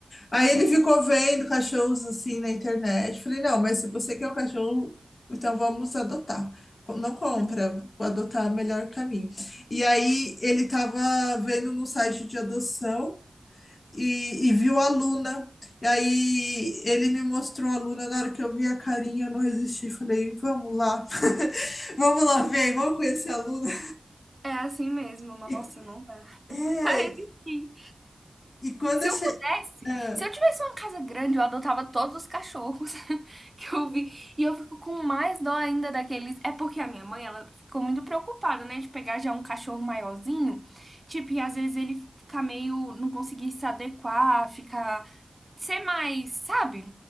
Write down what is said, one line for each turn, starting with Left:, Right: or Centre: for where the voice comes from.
Left: Aí
Right: Aham.
Left: ele ficou vendo cachorros assim na internet. Eu Falei, não, mas se você quer um cachorro, então vamos adotar. Com- Não
Right: <laughs>
Left: compra, adotar é o melhor caminho. E aí ele tava vendo no site de adoção e, e viu a Luna. E aí ele me mostrou a Luna. Na hora que eu vi a carinha, eu não resisti. Falei, vamos lá, <laughs> vamos lá ver, vamos conhecer a Luna.
Right: É. É assim mesmo, nossa,
Left: E,
Right: não vai.
Left: é,
Right: Pra resistir.
Left: e quando
Right: Se
Left: eu
Right: eu
Left: che...
Right: pudesse,
Left: Ah,
Right: se eu tivesse uma casa grande, eu adotava todos os cachorros <laughs> que eu vi. E eu fico com mais dó ainda daqueles. É porque a minha mãe, ela ficou muito preocupada, né, de pegar já um cachorro maiorzinho. Tipo, e às vezes ele fica meio, não conseguir se adequar, ficar, ser mais, sabe?